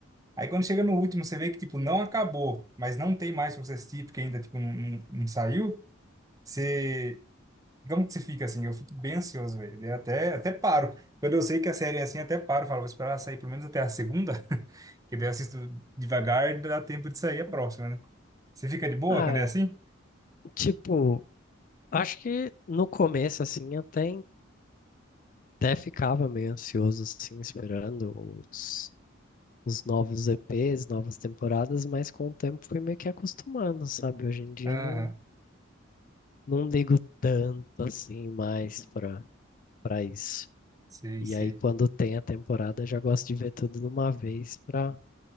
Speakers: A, on the right; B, on the left.
A: Aí quando chega no último, você vê que, tipo, não acabou, mas não tem mais pra você assistir, porque ainda, tipo, não, não não saiu. Você Como que você fica assim? Eu fico bem ansioso, velho. Eu até, até paro. Quando eu sei que a série é assim, até paro. Falo, vou esperar sair pelo menos até a segunda, <laughs> que daí eu assisto devagar, e dá tempo de sair a próxima, né? Você fica de boa
B: Ah,
A: quando é assim?
B: tipo, acho que no começo assim eu até Até ficava meio ansioso, assim, esperando os, os novos EPs, novas temporadas, mas com o tempo fui meio que acostumando, sabe? Hoje em dia
A: Aham,
B: não, não ligo tanto, assim, mais pra, pra isso.
A: sei,
B: E
A: sei.
B: aí, quando tem a temporada, já gosto de ver tudo de uma vez pra,